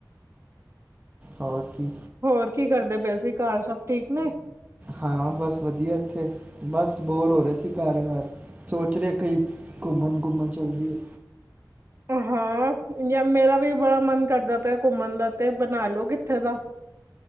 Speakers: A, on the right; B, on the right.
A: ਹੋਰ ਕੀ।
B: ਹੋਰ ਕੀ ਕਰਦੇ ਪਏ ਸੀ, ਕਰ ਸਬ ਠੀਕ ਨੇ?
A: ਹਾਂ, ਬਸ ਵਦੀਆ ਇੱਥੇ ਬਸ, ਬੋਰ ਹੋ ਰੇ ਸੀ। ਕਰ-ਕਰ ਸੋਚ ਰੇ ਕਈ ਕੂੰਮਣ-ਕੂੰਮਣ ਚੱਲ ਜਾਈਏ।
B: ਹਾਂ, ਯਾ ਮੇਰਾ ਵੀ ਬੜਾ ਮਨ ਕਰਦਾ ਪਿਆ ਕੂੰਮਣ ਦਾ ਤੇ ਬਣਾ ਲੋ ਕਿੱਥੇ ਦਾ।